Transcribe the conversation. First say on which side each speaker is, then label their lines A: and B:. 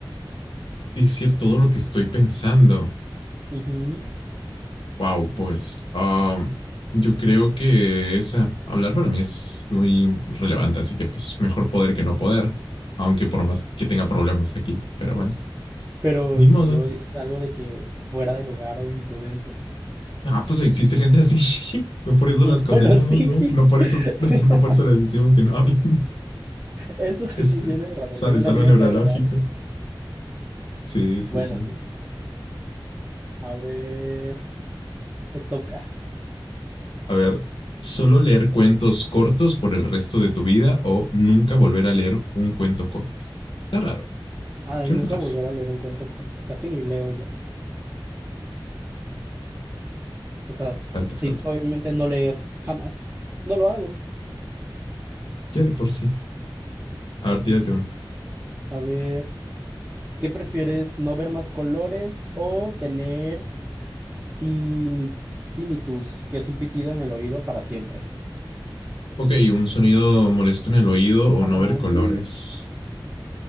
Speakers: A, on the left; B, on the right.
A: Decir todo lo que estoy pensando.
B: Ujú.
A: Wow, pues ah, yo creo que esa, hablar para mí es muy relevante, así que pues mejor poder que no poder, aunque por más que tenga problemas aquí, pero bueno,
B: Pero,
A: ni
B: ¿y
A: modo.
B: si luego dices algo de que fuera de lugar o imprudente?
A: Ah, pues existe gente así, <laughs> no por eso
B: <laughs>
A: las condenamos,
B: Bueno, sí.
A: ¿no? No por
B: <laughs>
A: eso, <laughs> no por eso les decimos que no hablen.
B: Eso sí
A: Es, eh,
B: tienes razón.
A: sale,
B: Tengo
A: es
B: una
A: algo
B: amiga
A: neurológico.
B: que de verdad.
A: Sí, sí,
B: Bueno,
A: sí.
B: sí, sí, sí. A ver, te toca.
A: A ver, solo leer cuentos cortos por el resto de tu vida o nunca volver a leer un cuento corto. Está raro.
B: Ay,
A: Creo
B: nunca
A: que fácil.
B: volver a leer un cuento corto. Casi ni leo ya. O sea,
A: Falta,
B: sí,
A: falta.
B: obviamente no leer jamás. No lo hago.
A: Ya de por sí. A ver, tírate una.
B: A ver, ¿Qué prefieres, no ver más colores o tener tini- tinnitus, que es un pitido en el oído para siempre?
A: Ok, un sonido molesto en el oído o
B: Ajá,
A: no
B: como
A: ver
B: un
A: colores.
B: pi.